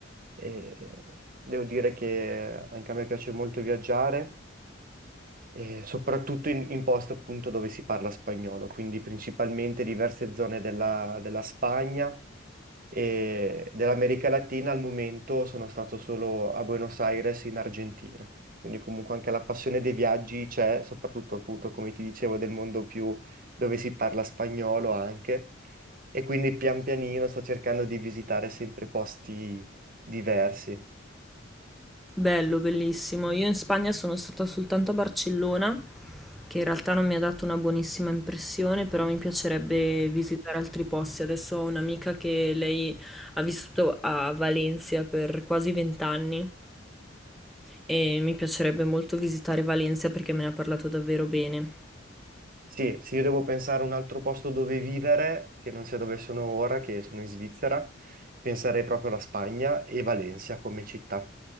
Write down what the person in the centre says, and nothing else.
Bello, bellissimo. Io in Spagna sono stata soltanto a Barcellona, che in realtà non mi ha dato una buonissima impressione, però mi piacerebbe visitare altri posti. Adesso ho un'amica che lei ha vissuto a Valencia per quasi vent'anni e mi piacerebbe molto visitare Valencia perché me ne ha parlato davvero bene.